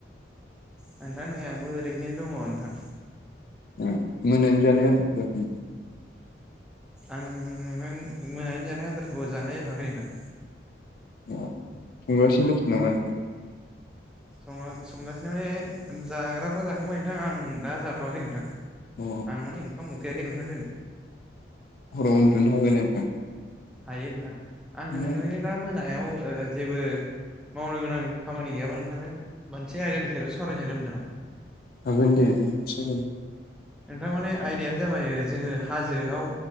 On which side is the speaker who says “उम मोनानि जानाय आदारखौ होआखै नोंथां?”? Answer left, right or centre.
Left